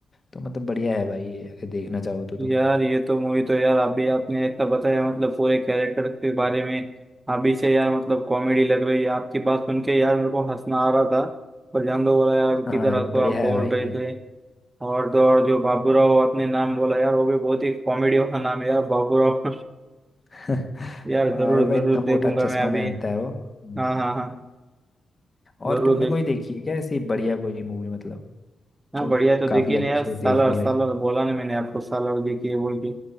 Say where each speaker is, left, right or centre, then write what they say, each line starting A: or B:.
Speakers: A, on the left; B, on the right.
A: तो मतलब बढ़िया है भाई ये अगर देखना चाहो तो तुम
B: यार ये तो मूवी तो यार अभी आपने ऐसा बताया मतलब पूरे कैरेक्टर के बारे में अभी से यार मतलब कॉमेडी लग रही है आपकी बात सुन के यार मेरे को हंसना आ रहा था पर जान दो बोला यार
A: हाँ
B: किधर
A: ये
B: हंसो
A: हाँ बढ़िया
B: आप बोल
A: है भाई
B: रहे
A: ये
B: थे और तो और जो बाबूराव आपने नाम बोला यार वो भी बहुत ही कॉमेडी वाला नाम है यार बाबूराव
A: <laughs>
B: <laughs> यार
A: और
B: जरूर
A: भाई
B: जरूर
A: इतना
B: देखूंगा
A: मोटा चश्मा
B: मैं अभी
A: पहनता है वो देखूंगा
B: हाँ
A: हम्म।
B: हाँ हाँ
A: और
B: जरूर
A: तुमने
B: देख
A: कोई देखी है क्या ऐसी बढ़िया कोई मूवी मतलब
B: हाँ
A: जो
B: बढ़िया तो
A: काफी
B: देखिए
A: अच्छी
B: ना यार सालार
A: हो देखने लायक
B: सालार बोला ना मैंने आपको सालार देखिए बोल के